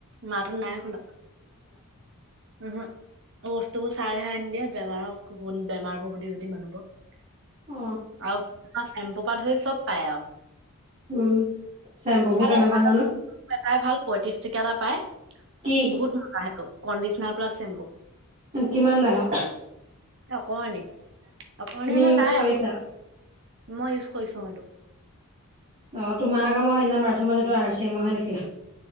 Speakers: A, on the right; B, on the right.
A: মাটোত নাই খোলা উহু বস্তুবোৰ চাৰে হে আনি দিয়ে বেমাৰক কোন বেমাৰবোৰ সুধি সুধি মানুহবো অক
B: অ
A: আউ চেম্পু পা ধৰি চব পাই আউ
B: উম চেম্পুবোৰ
A: খালি
B: কেনেকুৱা
A: এটা
B: জানো।
A: এটাই ভাল পঁয়ত্ৰিশ টকিয়া এটা পায়,
B: কি
A: বহুত মজা সেইটো কণ্ডিচনাৰ প্লাছ চেম্পু।
B: কিমান ডাঙৰ?
A: এ অকমানি অকমানি
B: তুমি
A: মানে
B: ইউজ
A: যায়
B: কৰিছা
A: আকৌ। মই ইউজ কৰিছোঁ সেইটো।
B: অ তোমাৰ আকৌ মই সেইদিনা বাথৰুমত সেইটো আৰ চিমহে দেখিলোঁ।